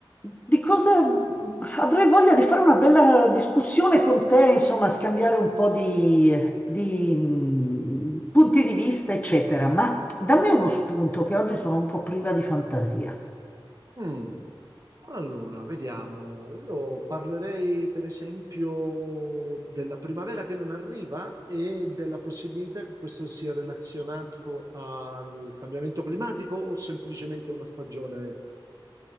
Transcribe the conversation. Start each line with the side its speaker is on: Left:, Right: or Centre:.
Left: di cosa avrei voglia di fare una bella discussione con te, insomma, scambiare un po' di, di, mh, punti di vista, eccetera. Ma dammi uno spunto che oggi sono un po' priva di fantasia.
Right: Mm, Allora, vediamo. Io parlerei per esempio della primavera che non arriva e della possibilità che questo sia relazionato al cambiamento climatico o semplicemente una stagione